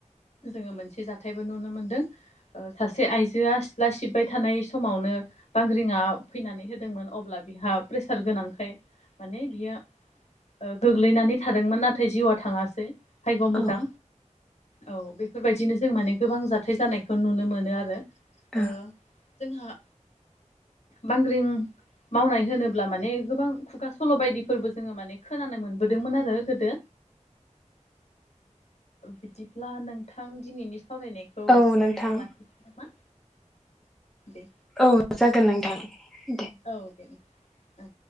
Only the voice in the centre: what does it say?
औ
औ
औ
नोंथां
औ जागोन नोंथां दे